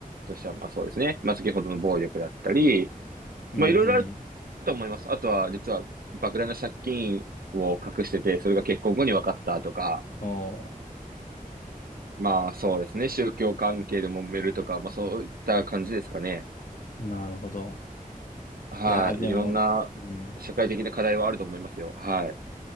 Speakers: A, on the right; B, on the left.
A: としては、まあ、そうですね。まあ、先ほどの暴力だったり、
B: うん、
A: まあ、いろいろある
B: うん。
A: と思います。あとは、実は、莫大な借金を隠してて、それが結婚後に分かったとか、
B: お
A: まあ、そうですね。宗教関係で揉めるとか、まあ、そういった感じですかね。
B: ー、なるほど。
A: はい。
B: いやー、でも、
A: いろんな社会的な課題はあると思いますよ。
B: うん。
A: はい。